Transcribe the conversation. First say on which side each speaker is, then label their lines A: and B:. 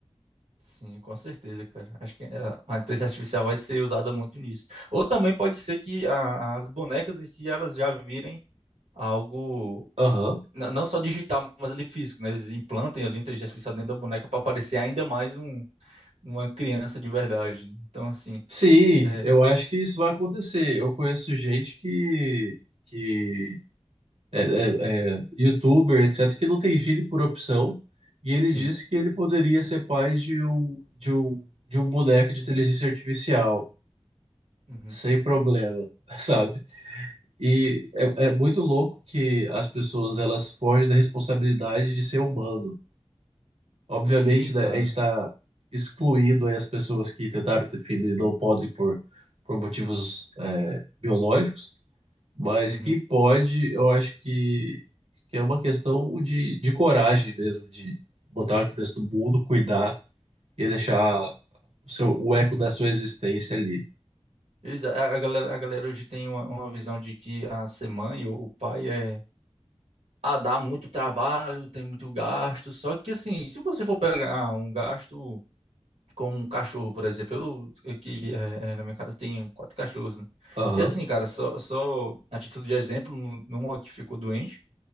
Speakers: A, on the right; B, on the right.
A: sim, com certeza, cara. Acho que a a inteligência artificial vai ser usada muito nisso. Ou também pode ser que a- as bonecas em si, elas já virem algo...
B: Aham.
A: n- Não só digital, mas ali físico, né? Eles implantem ali a inteligência artificial dentro da boneca para parecer ainda mais um, uma criança de verdade. né? Então, assim,
B: Sim,
A: é,
B: eu acho que isso vai acontecer. Eu conheço gente que, que é, é- é youtuber, etc., que não tem filho por opção, e ele
A: sim.
B: disse que ele poderia ser pai de um, de um, de um boneco de inteligência artificial,
A: uhum.
B: sem problema, <laughs> sabe? E é, é muito louco que as pessoas elas fogem da responsabilidade de ser humano. Obviamente,
A: Sim, cara.
B: né, a gente está excluindo aí as pessoas que tentaram ter filho e não podem por, por motivos é, biológicos, mas
A: Uhum.
B: que pode, eu acho que, que é uma questão de, de coragem mesmo, de botar uma criança no mundo, cuidar e deixar o seu, o eco da sua existência ali.
A: Eles- A, a galera, a galera hoje tem uma, uma visão de que a ser mãe ou o pai é. Ah, dá muito trabalho, tem muito gasto. Só que, assim, se você for pegar ah, um gasto com um cachorro, por exemplo, eu aqui é, é, na minha casa tem quatro cachorros, né?
B: Aham,
A: E, assim, cara, só, só a título de exemplo, num- numa que ficou doente,